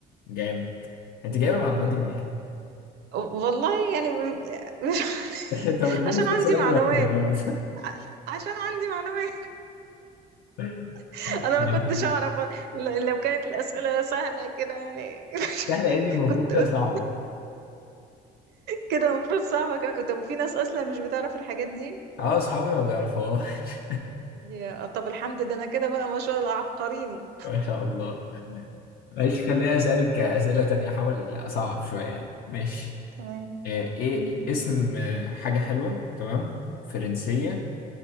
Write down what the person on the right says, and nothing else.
مم.
والله يعني م- مش <laughs>
عشان
عندي
معلومات
عشان عندي معلومات
<laughs> انا
ما كنتش اعرف ل- لو كانت الاسئله سهله كده يعني
<laughs>
كنت
قلت
كده المفروض صعبه كمان طب وفي ناس اصلا مش بتعرف الحاجات دي
يا طب الحمد ده انا كده بقى ما شاء الله عبقريني
تمام
مهم.